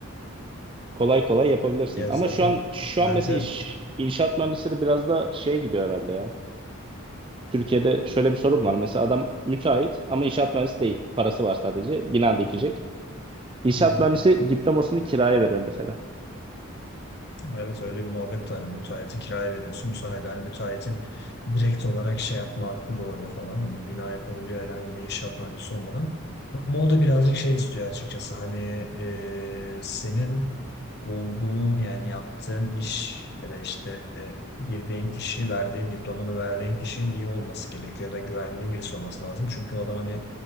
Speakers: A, on the right; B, on the left.
A: kolay kolay yapabilirsin.
B: ya
A: Ama
B: zaten
A: şu an şu
B: evet
A: an mesela
B: evet
A: iş, inşaat mühendisleri biraz da şeye gidiyor herhalde ya. Türkiye'de şöyle bir sorun var. Mesela adam müteahhit ama inşaat mühendisi değil. Parası var sadece. Bina dikecek. İnşaat
B: Hı hı.
A: mühendisi diplomasını kiraya veriyor mesela.
B: Evet öyle bir muhabbet var. Yani müteahhiti kiraya veriyorsun. Bu sayede hani müteahhitin direkt olarak şey yapma hakkı doğuyor falan. Hani bina yapabiliyor herhangi bir inşaat mühendisi olmadan. Ama o da birazcık şey istiyor açıkçası. Hani e, senin olduğun yani yaptığın iş ya da işte e, girdiğin kişi, verdiğin diplomanı verdiğin kişinin iyi olması gerekiyor ya da güvendiğin birisi olması lazım. Çünkü o adam hani